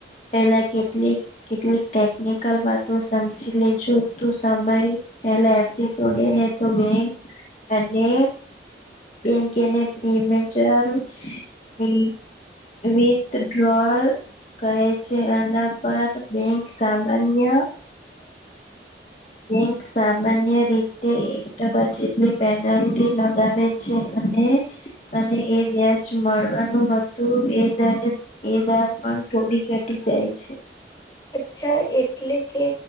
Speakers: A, on the left (about 40°); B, on the left (about 20°).
A: પેલા કેટલીક કેટલીક ટેકનિક કલ વાતો સમજી લેજો તું સમય પેલા એફડી તોડે ને તો બેંક અને બેંકેને પ્રી મેચર વી વિથ ગલ કહે છે અના પર બેંક સા અન્ય બેંક સામાન્ય રીતે એક ટકા જે. પેનલ્ટી લગાવે છે અને તને એ વ્યાજ મળવાનું. બધું એ દરે એ દર પણ થોડી ઘટી જાય છે.
B: અચ્છા એટલે કે